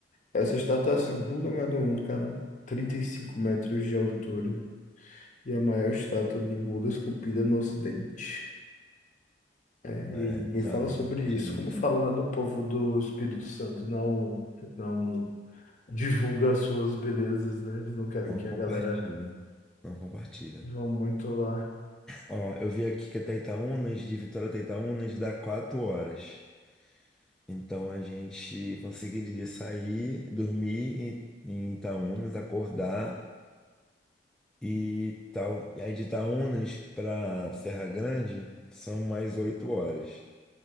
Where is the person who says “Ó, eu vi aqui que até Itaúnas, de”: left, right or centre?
Centre